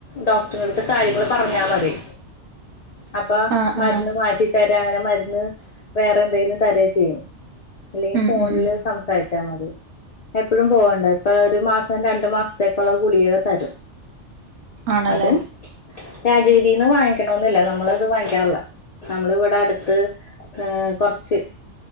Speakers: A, on the left; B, on the right.
A: ഡോക്ടറെടുത്ത് കാര്യങ്ങള് പറഞ്ഞാ മതി
B: <inaudible>
A: അപ്പാ
B: ആഹ്
A: മര്ന്ന്
B: ആഹ്
A: മാറ്റി തരാ അങ്ങനെ മര്ന്ന് വേറെ എന്തെലും തരെ ചിയ്യും ഇല്ലേ
B: ഉം
A: ഫോൺല്
B: ഉം ഉം
A: സംസാരിച്ചാ മതി എപ്പഴും പോവണ്ട ഇപ്പൊ ഒരു മാസം രണ്ട് മാസ്ത്തേക്കുള്ള ഗുളിക തരും
B: ആണല്ലേ
A: അതും രാജയ്തീന്ന് വാങ്ങിക്കണൊന്നില്ല നമ്മളത് വാങ്ങിക്കാർല്ല നമ്മള്ള് ഇവടെ അട്ത്ത് ഹ് കൊറച്ച്